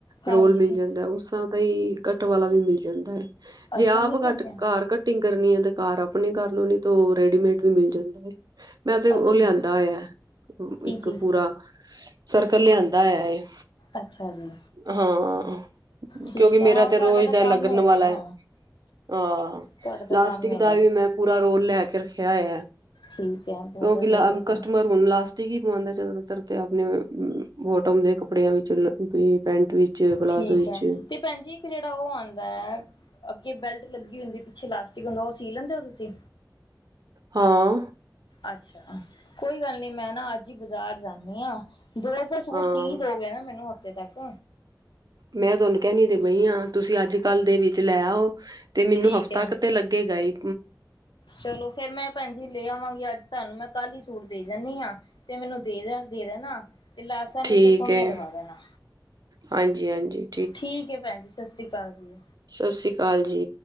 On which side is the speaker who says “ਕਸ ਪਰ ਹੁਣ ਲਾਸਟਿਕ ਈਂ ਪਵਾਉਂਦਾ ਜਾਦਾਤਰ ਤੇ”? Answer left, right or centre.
Right